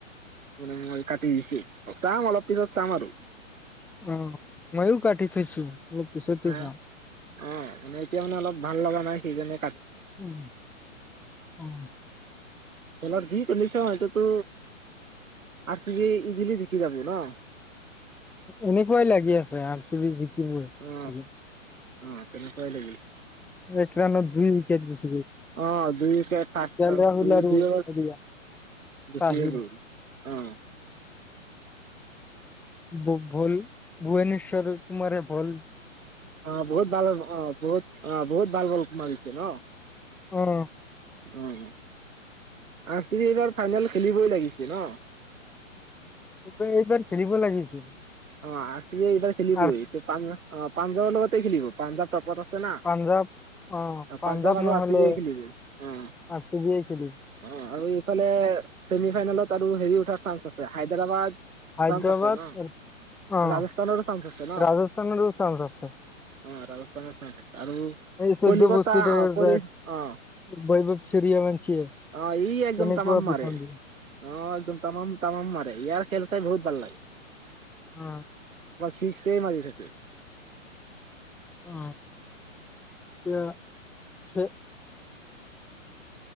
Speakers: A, on the right (about 80°); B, in the centre.
A: মানে মই কাটি দিছো, চাম অলপ পিছত চাম আৰু।
B: অ মই ও কাটি থৈছো অলপ পিছত হে
A: অ
B: চাম
A: অ মানে এতিয়া মানে অলপ ভাল লগা নাই সেইকাৰনে
B: উম অ
A: খেলত যি চলিছে হেইটো তো। আৰচিবি ইজিলি জিকি যাব। ন'।
B: এনেকুৱাই লাগি আছে আৰ চি বি
A: অ
B: <unintelligible>
A: অ' তেনেকুৱাই লাগিল।
B: এক ৰানত দুই উইকেট গৈছে।
A: অ দুই উইকেট
B: কে
A: থ
B: এল ৰাহুল আৰু
A: দে
B: হেৰিয়া
A: বেছিয়ে
B: পাহিল
A: গল অ
B: ভুল ভূুৱনেশ্বৰ কুমাৰে ভুল
A: অ', বহুত ভাল অ' বহুত, অ' বহুত ভাল বল মাৰিছে ন'।
B: অ'।
A: অ'। আৰ চি বিয়ে ফাইনেল খেলিবই লাগিছিল ন
B: এইবাৰ, এইবাৰ খেলিব লাগিছিল।
A: অ আৰ চি বিয়ে এইবাৰ খেলিবই
B: আৰ
A: পঞ্জাৱ অ পাঞ্জাৱৰ লগতে খেলিব পাঞ্জাৱ তপত আছে না
B: পাঞ্জাৱ অ',
A: পাঞ্জাৱ আৰু
B: নহ'লে
A: আৰ চিবিয়ে খেলিব অ
B: আৰ চি বিয়ে খেলিব।
A: অ আৰু ইফালে ছেমি ফাইনেলত আৰু হেৰি উঠাৰ চান্স আছে হায়দৰাবাদ,
B: হাইদৰাবাদ।
A: চান্স আছে ন
B: অ',
A: ৰাজস্থানৰো চান্স আছে ন
B: ৰাজস্থান চান্চ আছে।
A: অ' ৰাজস্থানৰ চাই থাক। আৰু
B: এই চৈধ্য
A: কলিকতা
B: বছৰীয়া
A: অ কলি অ
B: বৈভৱ সূৰ্যবংশীয়ে
A: অ ই একদম
B: কেনেকুৱা
A: তামাম
B: পিটন
A: মাৰে
B: দিয়ে।
A: অ একদম তামাম তামাম মাৰে ইয়াৰ খেল চাই বহুত ভাল লাগে
B: অ
A: চিক্সেই মাৰি থাকে।
B: অ তে খ।